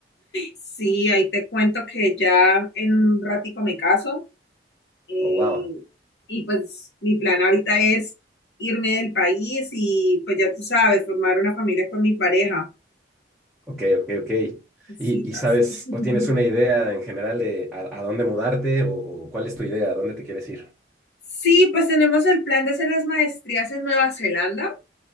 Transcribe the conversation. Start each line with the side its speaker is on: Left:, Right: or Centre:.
Left: sí, ahí te cuento que ya en un ratico me caso eh,
Centre: Oh, wow.
Left: y pues mi plan ahorita es irme del país y pues ya tú sabes, formar una familia con mi pareja,
Centre: Ok, ok, ok.
Left: cositas.
Centre: ¿Y, y sabes
Left: <laughs>
Centre: o tienes una idea en general de a, a dónde mudarte o, o cuál es tu idea, a dónde te quieres ir?
Left: Sí, pues tenemos el plan de hacer las maestrías en Nueva Zelanda.